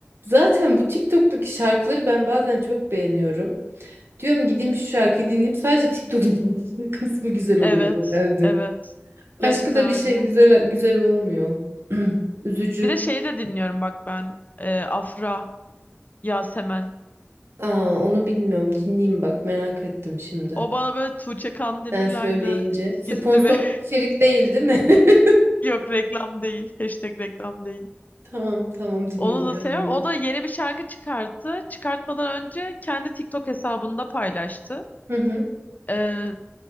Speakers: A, on the right; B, on the left.
A: zaten bu TikTok'taki şarkıları ben bazen çok beğeniyorum. Diyorum gideyim şu şarkıyı dinleyeyim. Sadece TikTok <laughs> kısmı güzel oluyor
B: Evet.
A: genelde.
B: Evet. Gerçekten
A: Başka da bir şey
B: öyle.
A: güzel güzel olmuyor. <clears throat> Üzücü.
B: Bir de şeyi de dinliyorum bak ben. Ee, Afra, Yasemen.
A: Aa, onu bilmiyorum. Dinleyeyim bak merak ettim şimdi.
B: O bana böyle Tuğçe Kandemir'le
A: Sen söyleyince.
B: aynı
A: Sponsorlu
B: hissi ve <laughs>
A: içerik değil değil mi? <laughs>
B: yok reklam değil. Hashtag reklam değil.
A: Tamam tamam dinleyeceğim
B: Onu da seviyorum.
A: bunu.
B: O da yeni bir şarkı çıkarttı. Çıkartmadan önce kendi TikTok hesabında paylaştı.
A: Hı hı.
B: Ee,